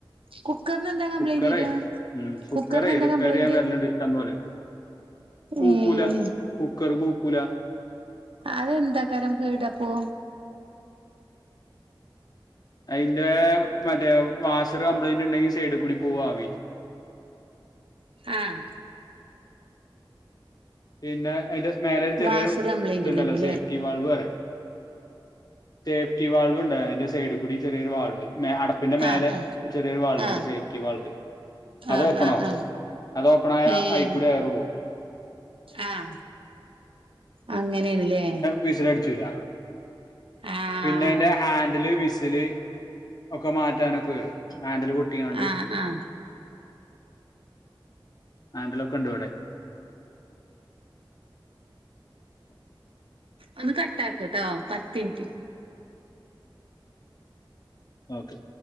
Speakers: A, on the right (about 85°); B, on the left (about 45°).
A: കുക്കറിന് എന്താ കംപ്ലൈന്റ്
B: കുക്കറെ
A: വരിക
B: ഉം കുക്കറെ
A: കുക്കറിന് എന്താ
B: റിപ്പയറയ്യാൻ
A: കംപ്ലൈന്റ്
B: വേരെല്ണ്ട് ഇഷ്ട്ടംപോല കൂക്കൂല
A: ഏഹ്
B: കുക്കർ കൂക്കൂല
A: അതെന്താകാരം കേട്അപ്പൊ
B: അയിന്റെ മറ്റേ വാഷർ കംപ്ലൈന്റ്ണ്ടെങ്കിൽ സൈഡിൽ കൂടി പോവും ആവി
A: ആഹ്
B: പിന്നെ അയിന്റെ സ്മേലെ ചെറിയൊരു
A: വാഷർ കംപ്ലൈന്റ്
B: ഇതുണ്ടല്ലോ
A: ഉണ്ടെങ്കിലേ
B: സേഫ്റ്റി വാൾവ് അറിം സേഫ്റ്റി വാൾവ് ണ്ട് അയിന്റെ സൈഡി കൂടി ചെറിയൊരു വാൾവ് മേ അട പിന്നെമേലെ
A: ആഹ് ആഹ്
B: ചെറിയൊരു വാൾവ്ണ്ട്
A: ആഹ്
B: സേഫ്റ്റി വാൾവ് അതോപ്പണാവും
A: ആഹ് ആഹ് ആഹ്
B: അതോപ്പണായ
A: ഏഹ്
B: അയികൂടി എയർപോവും
A: ആഹ് അങ്ങനെണ്ല്ലേ
B: വിസില ട്ചൂല
A: ആഹ്
B: പിന്നെ അയിന്റെ ഹാൻന്റല് വിസില് ഒക്കെമാറ്റാനൊക്കെ വരും ഹാൻന്റൽ പൊട്ടിയാണ്ട്
A: ആഹ് ആഹ്
B: ആന്റലൊക്കെണ്ട് വടെ
A: ഒന്ന് കട്ടാക്ക്ട്ടോ പത്തിൻറ്റ്
B: ഓക്കെ